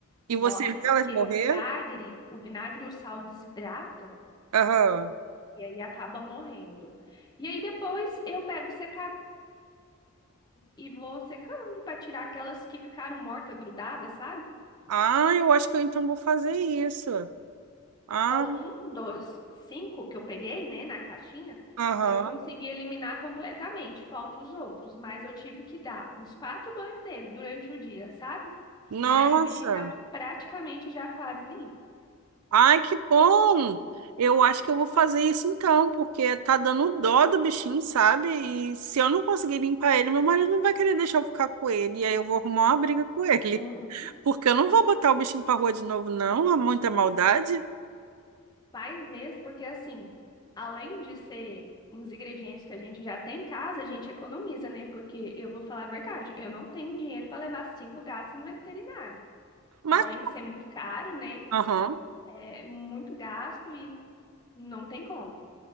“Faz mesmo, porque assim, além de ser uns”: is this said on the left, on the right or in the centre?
Left